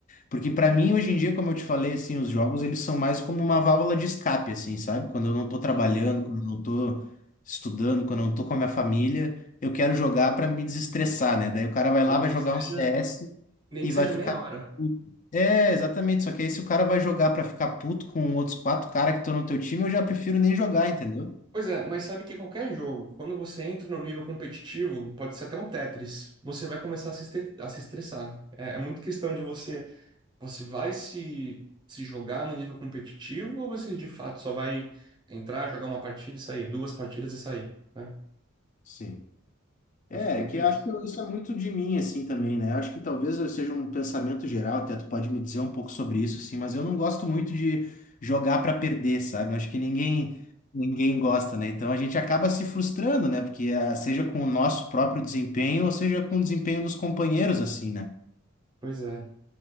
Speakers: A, on the left (about 35°); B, on the right (about 20°).
A: Porque pra mim, hoje em dia, como eu te falei, assim, os jogos, eles são mais como uma válvula de escape, assim, sabe? Quando eu não tô trabalhando,
B: Sim.
A: quando eu não tô estudando, quando eu não tô com a minha família, eu quero jogar pra me desestressar, né? Daí o cara vai
B: Nem
A: lá, vai
B: que
A: jogar
B: seja,
A: um CS
B: nem
A: e
B: que
A: vai
B: seja
A: ficar
B: meia hora.
A: puto. É, exatamente. Só que aí se o cara vai jogar pra ficar puto com outros quatro caras que estão no teu time, eu já prefiro nem jogar, entendeu?
B: Pois é, mas sabe que qualquer jogo, quando você entra no nível competitivo, pode ser até um Tetris, você vai começar a se, este- a se estressar. É, é muito questão de você, você vai se, se jogar no nível competitivo ou você de fato só vai entrar, jogar uma partida e sair, duas partidas e sair, né?
A: Sim.
B: Acho
A: É,
B: que é muito
A: que eu
B: isso.
A: acho que isso é muito de mim, assim, também, né? Eu acho que talvez eu seja um pensamento geral, até tu pode me dizer um pouco sobre isso, assim, mas eu não gosto muito de jogar pra perder, sabe? Eu acho que ninguém, ninguém gosta, né? Então a gente acaba se frustrando, né? Porque ah, seja com o nosso próprio desempenho ou seja com o desempenho dos companheiros, assim, né?
B: Pois é.